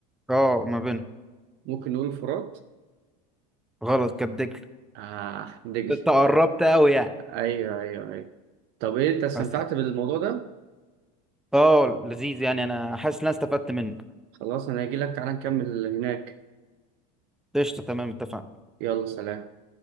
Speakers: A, in the centre; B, on the right.
A: اه ما بينهم
B: ممكن نقول الفرات
A: غلط كانت دجلة
B: اه دجلة
A: انت قربت قوي يعني
B: ايوه ايوه ايوه طب ايه انت استمتعت
A: أس-
B: بالموضوع ده
A: اه لذيذ يعني انا حاسس ان انا استفدت منه
B: خلاص انا هجيلك تعالى نكمل هناك
A: قشطة تمام اتفقنا
B: يلا سلام